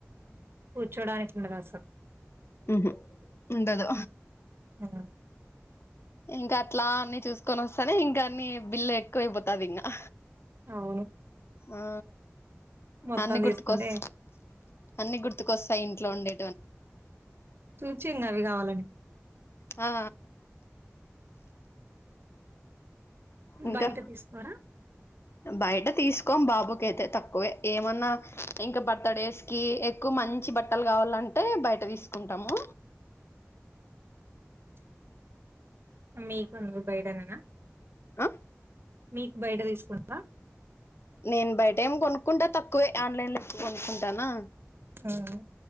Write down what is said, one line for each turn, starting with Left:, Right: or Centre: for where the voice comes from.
Right: కూర్చోడానికి ఉండ దసలు
Left: ఊహూ ఉండదు
Right: ఉమ్.
Left: ఇంకా అట్లా అన్ని చూసుకొని వస్తానే ఇంకా అన్ని బిల్లు ఎక్కువైపోతది ఇంగా
Right: అవును
Left: ఆ
Right: మొత్తం
Left: అన్ని గుర్తుకోస్
Right: తీసుకుంటే
Left: అన్ని గుర్తుకొస్తాయి ఇంట్లో ఉండే
Right: చూచింగా అవి కావాలని
Left: ఆ ఇంకా
Right: బయట తీసుకోరా
Left: బయట తీసుకోం బాబుకైతే తక్కువే ఏమన్నా ఇంకా బర్త్ డేస్ కి ఎక్కువ మంచి బట్టలు గావాలంటే బయట తీసుకుంటాము
Right: <inaudible> మీకుంది బైడన్నానా
Left: ఆ
Right: మీకు బయట తీసుకుంటవా
Left: నేను బయట ఏం కొనుక్కుంటా తక్కువే ఆన్లైన్ లో ఇచ్చి కొనుక్కుంటానా
Right: ఉమ్